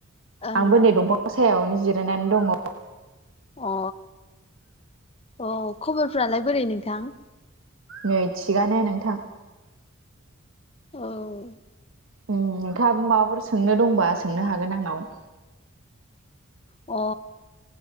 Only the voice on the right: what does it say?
आंबो नै दंफां सायावनो जिरायनानै दङ।
नै थिगानो नोंथां।
उ नोंथाबो माबाफोर सोंनो दंबा सोंनो हागोन आंनाव।